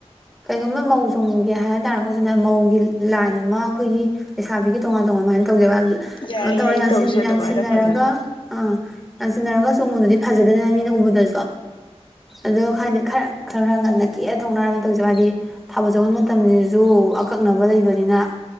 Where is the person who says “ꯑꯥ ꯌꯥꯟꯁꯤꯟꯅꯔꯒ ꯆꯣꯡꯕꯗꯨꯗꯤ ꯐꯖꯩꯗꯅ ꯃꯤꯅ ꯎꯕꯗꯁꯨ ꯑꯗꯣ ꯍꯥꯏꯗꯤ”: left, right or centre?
Centre